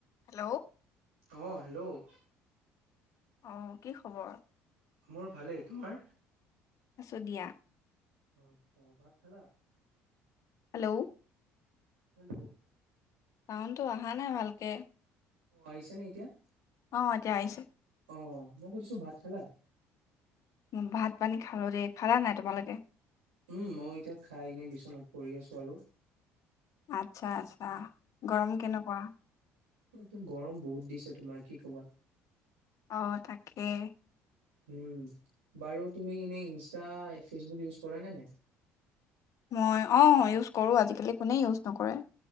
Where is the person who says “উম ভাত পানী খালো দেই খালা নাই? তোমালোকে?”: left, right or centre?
Left